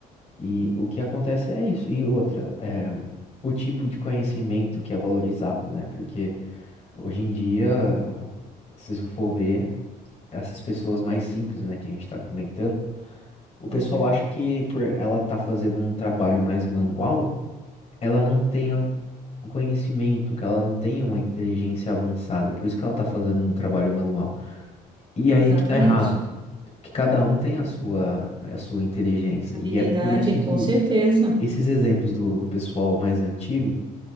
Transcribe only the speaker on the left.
E o que acontece é isso. E outra, é, o tipo de conhecimento que é valorizado, né? Porque hoje em dia, se você for ver, essas pessoas mais simples, né, que a gente está comentando, o
pessoal acha que por ela estar fazendo um trabalho mais manual, ela não tenha o conhecimento, que ela não tenha uma inteligência avançada, por isso que ela está fazendo um trabalho manual. E aí
que tá errado. que cada
um tem
a sua,
a sua inteligência.
E é por isso que
esses exemplos do, do pessoal mais antigo,